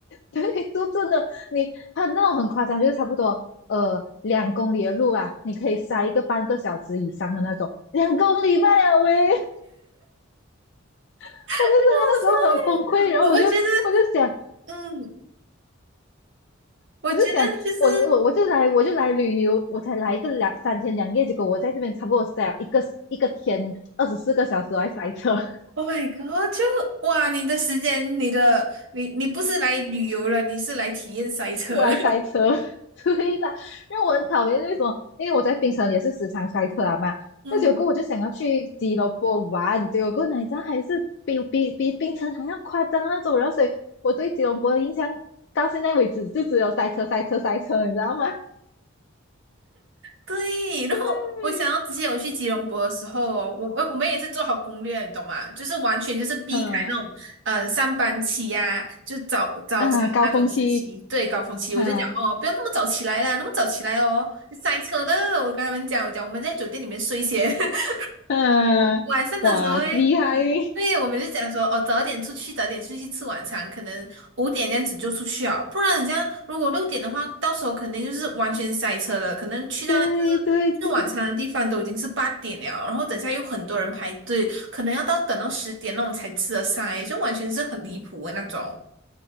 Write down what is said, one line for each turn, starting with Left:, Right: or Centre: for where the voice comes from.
Left: 对，就真的你很那种很夸张，就是差不多呃两公里的路啊，你可以塞一个半个小时以上的那种，两公里半啊喂，我就整个那时候很崩溃，
Right: 很好笑诶我我觉得，
Left: 然后我就我就想。
Right: 嗯，我觉得就是
Left: 我就想，我我我就来我就来旅游，我才来一个两三天两夜，结果我在这边差不多塞了一个一个天二十四个小时来塞车，
Right: ，Oh my God，就哇，你的时间，你的你你不是来旅游了，你是来体验塞车了
Left: 我来塞车，<laughs> 对的，让我很讨厌。为什么？因为我在槟城也是时常塞车啊嘛。
Right: <laughs> 嗯。
Left: 那结果我就想要去吉隆坡玩，结果哪吒还是比比比槟城还要夸张那种。然后所以我对吉隆坡的印象到现在为止就只有塞车、塞车、塞车，你知道吗？<laughs>
Right: 对，然后我想到之前我去吉隆坡的时候哦，
Left: 对，
Right: 我们我们也是做好攻略，你懂吗？就是完全就是避开那种呃上班期呀、
Left: 嗯
Right: 就早早上的那种时期，
Left: 啊，高峰期，
Right: 对，高峰期，
Left: 啊
Right: 我就讲哦，不要那么早起来啦，那么早起来哦，塞车的。我跟他们讲，我讲我们在酒店里面睡先。<laughs>
Left: 嗯、啊哇，
Right: 晚上的时候诶，
Left: 厉害！<laughs>
Right: 对，我们就讲说，哦，早点出去，早点出去吃晚餐，可能五点这样子就出去啊，不然你这样如果六点的话，到时候肯定就是完全塞车了，可能去到那个
Left: 对对对，
Right: 吃晚餐的地方都已经是八点了，然后等下又很多人排队，可能要到等到十点那种才吃得上诶，就完全是很离谱的那种。